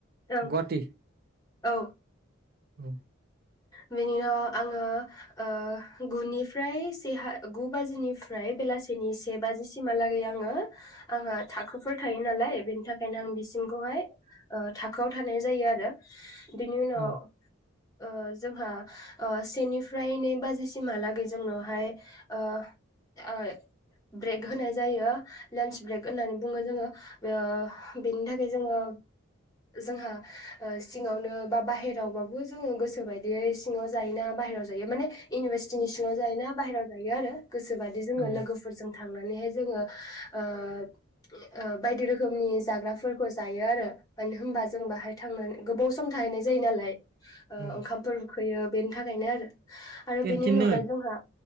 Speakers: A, on the left; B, on the right.
A: ओं
B: गुवाहाटि?
A: औ
B: औ
A: बेनि उनाव आंङो ओ गुनिफ्राय से ह गु बाजिनिफ्राय बेलासिनि से बाजिसिमहालागै आंङो आंहा थाखोफोर थायो नालाय बेनि थाखायनो आं बिसिमखौहाय थाखोआव थानाय जायो आरो। बिनि उनाव
B: औ
A: ओ जोंहा ओ से निफ्राय नै बाजिसिमहालागै जोंनावहाय ओ आ ब्रेक होनाय जायो, लेन्च ब्रेक होननानै बुंङो। जोंङो बे-यो थाखाय जोंङो जोंहा ओ सिंङावनो बा बाहेराव बाबो जोंङो गोसो बायदियै सिंङाव जायोना बाहहेरायाव जायो माने इउनिभारसिटिनि सिंङाव जायोना बाहहेरायाव जायो आरो। गोसोबादि जोंङो
B: औ
A: लोगोफोरजों थांनानैहाय जोंङो ओ बायदि रोखोमनि जाग्राफोरखौ जायो आरो मानो होनबा जों बाहाय थांनानै गोबाव सम थाहैनाय जायो नालाय ओ
B: औ
A: ओंखामफोर फैयो बेनि थाखायनो आरो। आरो
B: केन्टिन
A: बेनि उनावहाय
B: दोङो
A: जोंहा